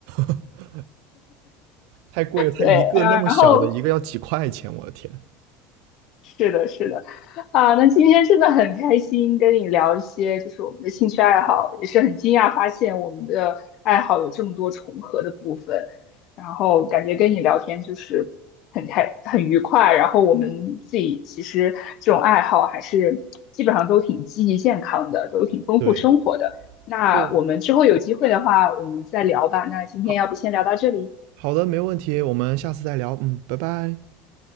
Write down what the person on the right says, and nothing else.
<laughs> 太贵了。它一个那么小的一个要几块钱，
我的天。
对
对，
好好的，没问题，我们下次再聊。嗯，拜拜。